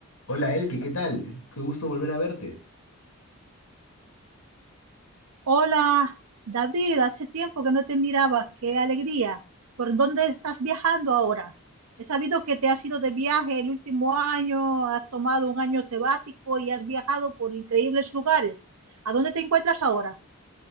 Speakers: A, on the left; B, on the right.
A: Hola Elke, ¿qué tal? Qué gusto volver a verte.
B: Hola, David, hace tiempo que no te miraba, qué alegría. ¿Por dónde estás viajando ahora? He sabido que te has ido de viaje el último año, has tomado un año sabático y has viajado por increíbles lugares. ¿A dónde te encuentras ahora?